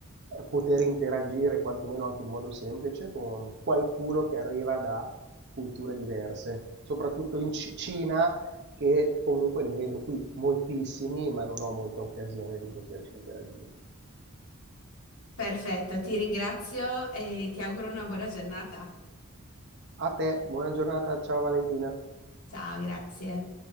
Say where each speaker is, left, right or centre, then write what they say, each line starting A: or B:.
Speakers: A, on the right (about 50°); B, on the left (about 80°).
A: eh, poter interagire, quantomeno anche in modo semplice, con qualcuno che arriva da culture diverse, soprattutto in Ci- Cina, che comunque ne vedo qui moltissimi, ma non ho molta occasione di poterci interagire.
B: Perfetto, ti ringrazio e ti auguro una buona giornata.
A: A te, buona giornata, ciao Valentina.
B: Ciao, grazie.